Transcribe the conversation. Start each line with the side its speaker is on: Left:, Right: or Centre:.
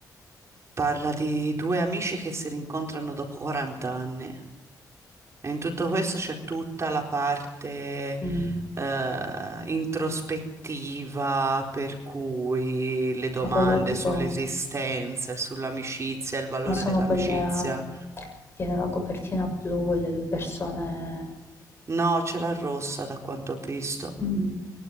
Right: Parla di due amici che si rincontrano dopo 40 anni. E in tutto questo c'è tutta la parte
Left: mm,
Right: eh, introspettiva, per cui le domande
Left: ma quello tipo,
Right: sull'esistenza, e sull'amicizia, il valore
Left: ma sono
Right: dell'amicizia.
Left: quelle, tiene la copertina blu con le due persone
Right: No, ce l'ha rossa da quanto ho visto,
Left: Mm,